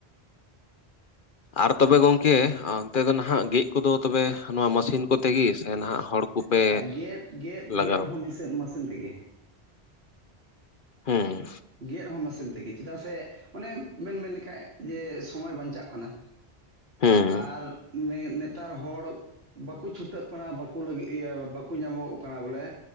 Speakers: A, on the left; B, on the right.
A: ᱟᱨ ᱛᱚᱵᱮ ᱜᱚᱝᱠᱮ ᱚᱱᱛᱮ ᱫᱚ ᱱᱟᱦᱟᱜ ᱜᱮᱜ ᱠᱚᱫᱚ ᱛᱚᱵᱮ ᱱᱚᱣᱟ ᱢᱮᱥᱤᱱ ᱠᱚᱛᱮ ᱜᱮ ᱥᱮ ᱱᱟᱦᱟᱜ ᱦᱚᱲ ᱠᱚᱯᱮ
B: ᱦᱮᱸ ᱜᱮᱫ ᱜᱮᱫ
A: ᱞᱟᱜᱟᱣ
B: ᱜᱮᱫ ᱦᱚᱸ ᱢᱮᱥᱤᱱ ᱢᱮᱥᱤᱱ ᱛᱮᱜᱮ
A: ᱦᱩᱸ
B: ᱜᱮᱫ ᱦᱚᱸ ᱢᱮᱥᱤᱱ ᱛᱮᱜᱮ ᱪᱮᱫᱟᱜ ᱥᱮ ᱚᱱᱮ ᱢᱮᱱ ᱢᱮᱱ ᱞᱮᱠᱷᱟᱡ ᱡᱮ ᱥᱚᱢᱚᱭ ᱵᱟᱧᱪᱟᱜ ᱠᱟᱱᱟ᱾
A: ᱦᱩᱸ
B: ᱟᱨ ᱱᱮᱛᱟᱨ ᱦᱚᱲ ᱵᱟᱠᱚ ᱪᱷᱩᱴᱟᱹᱜ ᱵᱟᱠᱚ ᱞᱟᱹᱜᱤᱫ ᱵᱟᱠᱚ ᱧᱟᱢᱚᱜᱚᱜ ᱠᱟᱱᱟ, ᱵᱚᱞᱮ